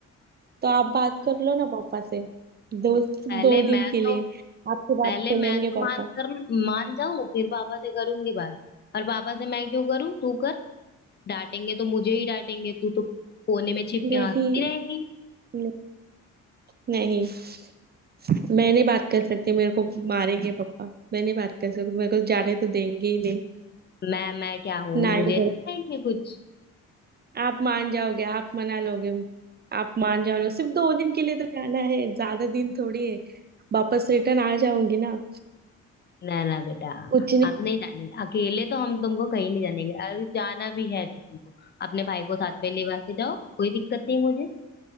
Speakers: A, on the right (about 35°); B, on the left (about 35°).
A: तो आप बात कर लो ना पापा से दो
B: पहले
A: दो दिन
B: मैं
A: के लिए
B: तो
A: आपकी बात
B: पहले
A: सुनेंगे
B: मैं तो
A: पापा
B: मान कर मान जाऊं फिर पापा से करूंगी बात और पापा से मैं क्यों करूं तू कर डांटेंगे तो मुझे ही डांटेंगे तू तो कोने में छिप के
A: नहीं
B: हंसती रहेगी
A: न- नहीं मैं नहीं बात कर सकती मेरे को मारेंगे पापा मैं नहीं बात कर सकती मेरे को जाने तो देंगे ही नहीं
B: मैं मैं क्या हूँ
A: ना
B: मुझे
A: ही
B: नहीं कहेंगे कुछ
A: आप मान जाओगे आप मना लोगे आप मान जाओगे सिर्फ दो दिन के लिए तो जाना है ज्यादा दिन थोड़ी है वापस रिटर्न आ जाऊंगी ना
B: ना ना बेटा
A: कुछ नहीं
B: हम नहीं जाने अकेले तो हम तुमको कहीं नहीं जानेंगे अगर जाना भी है तो तुमको अपने भाई को साथ में लेवा के जाओ कोई दिक्कत नहीं मुझे